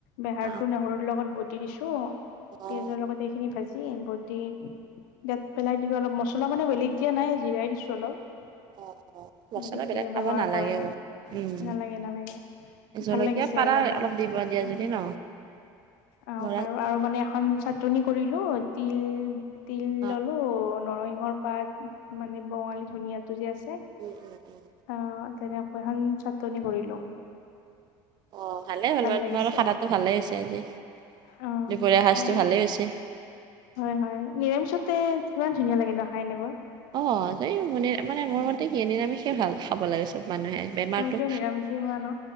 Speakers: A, on the left (about 80°); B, on the right (about 45°).
A: বেহাৰ
B: অ
A: টো নহৰুৰ লগত বটি দিছোঁ
B: অ
A: পিয়াজৰ লগত এইখিনি ভাজি। বটি ইয়াত পেলাই দিলোঁ অলপ মছলা মানে বেলেগ দিয়া নাই জিৰাই দিছোঁ অলপ।
B: অ', অ', মছলা
A: মানে
B: বিলাক
A: কি
B: খাব
A: ব্যৱহাৰ
B: নালাগে
A: কৰা নাই।
B: অ'। উম,
A: নালাগে নালাগে
B: জলকীয়া
A: ভাল লাগিছে
B: পাৰা
A: মানে
B: অলপ দিবা দিয়া
A: উম।
B: যদি ন
A: অ
B: ধৰা
A: বাৰু আৰু মানে এখন চাটনি কৰিলো তিল। তিল
B: অ',
A: ললো নৰসিংহৰ পাত মানে বঙালী ধনীয়া। যে আছে
B: উম, উম, উম।
A: অহ তেনেকৈ এখন চাটনি কৰিলোঁ।
B: অ ভালে হ'ল বাৰু
A: লাগিছে
B: তোমাৰো খানাটো ভালেই হৈছে আজি দুপৰীয়া
A: অ
B: সাজটো
A: হয়
B: ভালেই হৈছে।
A: হয় হয় নিৰামিষতে কিমান ধুনীয়া লাগে নহ খাই এনেকৈ।
B: অ এই ম মানে মোৰ
A: উম
B: মতে কি নিৰামিষয়েই ভাল খাব লাগে চোন। মানুহে বেমাৰতটো
A: তুমিতো নিৰামিষেই হোৱা ন